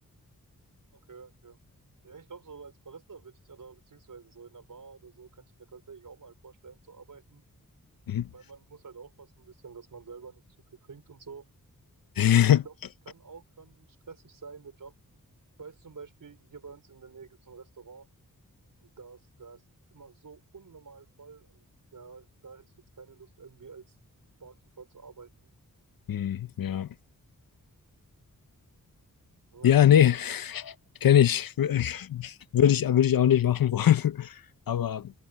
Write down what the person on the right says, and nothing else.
Okay, okay. Ja, ich glaube, so als Barista würde ich ja da, beziehungsweise so in einer Bar oder so, könnte ich mir tatsächlich auch mal vorstellen zu arbeiten,
weil man muss halt aufpassen ein bisschen, dass man selber nicht zu viel trinkt und so.
Und ich glaube, es kann auch schon stressig sein, der Job. Ich, ich weiß zum Beispiel, hier bei uns in der Nähe gibt es ein Restaurant und das ist, ist immer so unnormal voll und ja, da hätte ich jetzt keine Lust, irgendwie als Barkeeper zu arbeiten.
Ja,